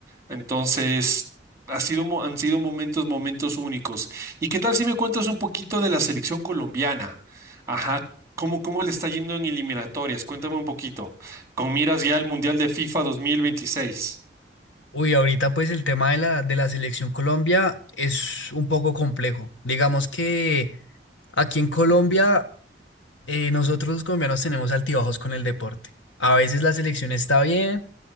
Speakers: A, on the right; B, on the left.
A: Entonces, ha sido, mo- han sido momentos, momentos únicos. ¿Y qué tal si me cuentas un poquito de la selección colombiana? Ajá, ¿cómo, cómo le está yendo en eliminatorias? Cuéntame un poquito. Con miras ya al Mundial de FIFA 2026.
B: Uy, ahorita pues el tema de la, de la selección Colombia es un poco complejo. Digamos que aquí en Colombia eh, nosotros los colombianos tenemos altibajos con el deporte. A veces la selección está bien,